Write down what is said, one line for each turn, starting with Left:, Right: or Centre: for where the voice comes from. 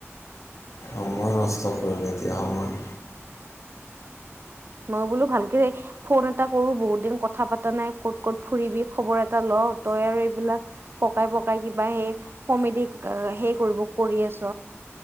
Left: আ মই নস্ত কৰিলো <unintelligible> আ মই
Right: মই বোলো ভালকে ফোন এটা কৰো বহুত দিন কথা পতা নাই কত ক'ত ফুৰিবি খবৰ এটা ল তই আৰু এইবিলাক পকাই পকাই কিবা সেই কমেডি হেই কৰিব কৰি আছ।